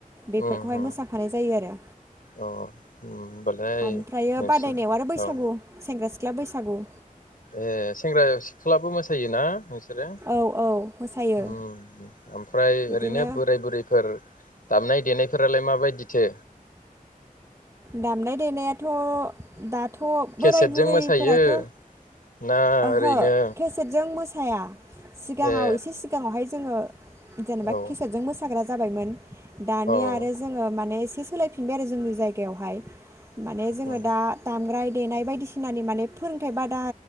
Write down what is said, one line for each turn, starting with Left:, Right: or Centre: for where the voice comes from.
Right: बेफोरखौहाय
Left: उम उम
Right: मोसाफानाय जायो आरो
Left: अ होमबालाय
Right: ओमफ्रायो
Left: नोंसिनि
Right: बादायनायाव आरो बैसागु
Left: औ
Right: सेंग्रा सिख्ला बैसागु
Left: ए सेंग्रा सिख्लाबो मोसायोना नों बिसोरो
Right: औ औ मोसायो
Left: उम ओमफ्राय
Right: बिदिनो
Left: ओरैनो बोराय बुरैफोर दामनाय देनायफोरालाय मा बादिथो?
Right: दामनाय देनायाथ' दा थ'
Left: केसेटजों
Right: बोराय बुरैफोराथ'
Left: मोसायो ना
Right: ओहो
Left: ओरैनो
Right: केसेटजों मोसाया सिगाङाव
Left: ए
Right: एसे सिगाङावहाय जोंङो जेनेबा
Left: औ
Right: खिसेटजों मोसाग्रा जाबायमोन दानिया
Left: औ
Right: आरो जोंङो माने बे सोलायफिनबाय आरो जोंनि जाया बेवहाय माने जोंङो
Left: औ
Right: दा दामग्रा देनाय बायदिसिनानि माने फोरोंथाइ बादा